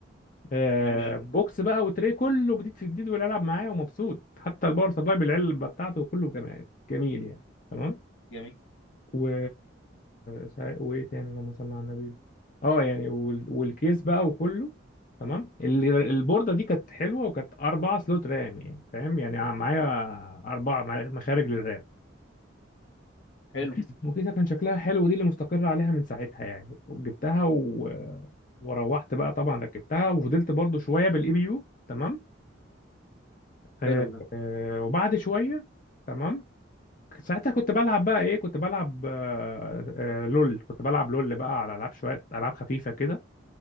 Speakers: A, on the left; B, on the left.
A: آه،
B: ماشي
A: بوكس بقى وتري كله جديد في جديد والالعب معاه ومبسوط حتى الباور سبلاي بالعلبه بتاعته كله جميل جميل يعني تمام
B: جميل
A: و سا- وايه تاني اللهم صل على النبي اه يعني وال... والكيس بقى وكله تمام ال- البورده دي كانت حلوه وكانت اربع سلوت رام يعني فاهم يعني ع- معايا اربع مخارج للرام
B: حلو
A: وكيس وكيسه كان شكلها حلو دي اللي مستقر عليها من ساعتها يعني وجبتها و... وروحت بقى طبعا ركبتها وفضلت برضو شويه بالاي بي يو تمام آه،
B: حلو ده
A: آه، وبعد شويه تمام ساعتها كنت بلعب بقى ايه كنت بلعب آه، آه، لول كنت بلعب لول بقى على العاب شويه العاب خفيفه كده